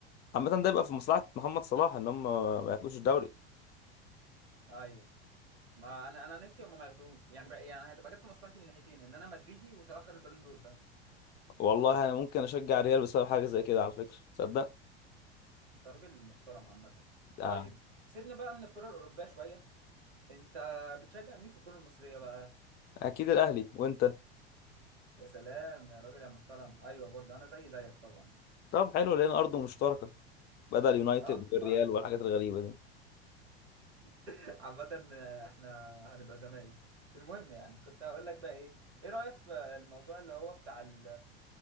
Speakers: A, on the left; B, on the right.
A: عامه ده يبقى في مصلحه محمد صلاح ان هم ما ياخدوش الدوري
B: ايوه ما انا انا نفسي هما ما ياخدوش يعني بقى يعني هتبقى جت في مصلحتي من ناحيتين ان انا مدريدي وصلاح خد البالون دور فاهم
A: والله انا ممكن اشجع الريال بسبب حاجه زي كده على فكره تصدق
B: انت راجل محترم عامة طيب
A: آه.
B: سيبنا بقى من الكرة الأوروبية شوية انت بتشجع مين في الكرة المصرية بقى؟
A: اكيد الاهلي وانت
B: يا سلام يا راجل يا محترم ايوه برضه انا زي زيك طبعا
A: طب حلو لان ارضه مشتركه بدأ اليونايتد
B: اه
A: والريال
B: ف-
A: والحاجات الغريبة دي
B: <laughs> عامة احنا هنبقى زمايل المهم يعني كنت هقول لك بقى ايه ايه رأيك في الموضوع اللي هو بتاع ال